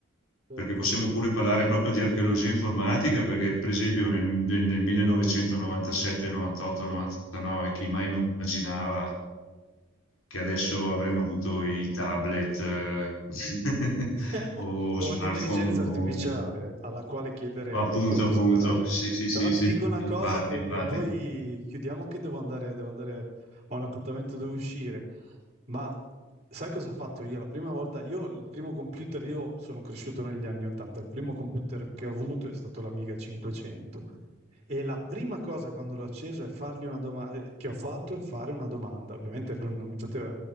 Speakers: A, on the right (about 30°); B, on the left (about 85°).
A: Certo,
B: Perché possiamo
A: certo,
B: pure parlare proprio di archeologia informatica, perché per esempio nel, nel 1997, 98, 99, chi mai immaginava che adesso
A: Certo.
B: avremmo avuto i tablet eh, <laughs>
A: <laughs>
B: o
A: O
B: smartphone
A: all'intelligenza
B: con...
A: artificiale alla quale chiedere
B: Appunto,
A: le cose,
B: appunto,
A: però,
B: sì, sì, sì,
A: però ti
B: sì,
A: dico una
B: infatti,
A: cosa che,
B: infatti.
A: e poi chiudiamo che devo andare, devo andare a un appuntamento, devo uscire. Ma sai cosa ho fatto io? La prima volta, io il primo computer, io sono cresciuto negli anni 80, il primo computer che ho avuto è stato l'Amiga 500. E la prima cosa quando l'ho acceso è fargli una domanda, che ho fatto è fare una domanda. Ovviamente lui non mi poteva,